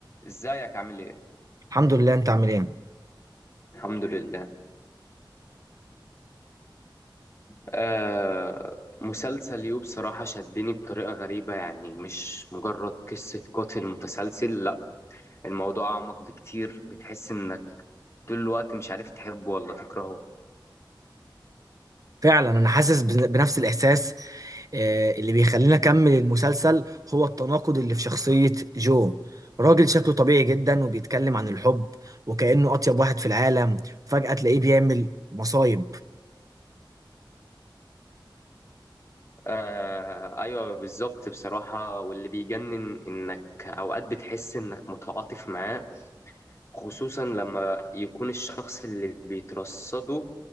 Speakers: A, on the left; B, on the right.
A: ازيك عامل ايه؟
B: الحمد لله انت عامل ايه
A: الحمد لله آه مسلسل يو بصراحة شدني بطريقة غريبة يعني مش مجرد قصة قاتل متسلسل لا الموضوع أعمق بكتير بتحس إنك طول الوقت مش عارف تحبه ولا تكرهه
B: فعلا انا حاسس بن- بنفس الاحساس آه، اللي بيخلينا اكمل المسلسل هو التناقض اللي في شخصية جو راجل شكله طبيعي جدا وبيتكلم عن الحب وكأنه اطيب واحد في العالم وفجأة تلاقيه بيعمل مصايب
A: آه أيوة بالظبط بصراحة واللي بيجنن إنك أوقات بتحس إنك متعاطف معاه خصوصا لما يكون الشخص اللي بيترصده